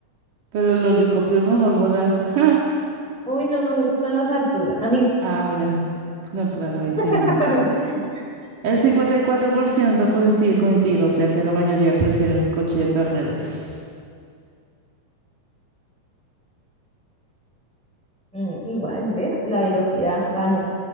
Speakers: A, on the right; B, in the centre.
A: Pero el helicóptero mejor volar. <laughs>
B: Uy, no, no me gustan las alturas. A mí no.
A: Ah, mira. No, claro, ahí sí
B: <laughs>
A: no. El 54% coincide contigo, o sea que la mayoría prefiere el coche de carreras.
B: Mm, Igual, ¿ves? La velocidad ganó.